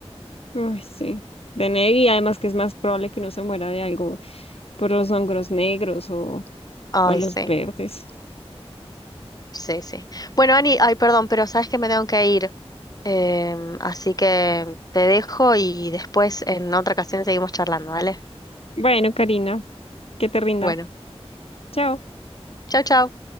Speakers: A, on the left; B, on the left.
A: Ay, sí, de neg- y además que es más probable que uno se muera de algo por los hongos negros o,
B: Ay,
A: o los
B: sí,
A: verdes.
B: sí, sí. Bueno, Ani, ay, perdón, pero sabes que me tengo que ir. Em, así que te dejo y después en otra ocasión seguimos charlando, ¿vale?
A: Bueno, Karina, que te rinda.
B: Bueno,
A: Chao.
B: chao, chao.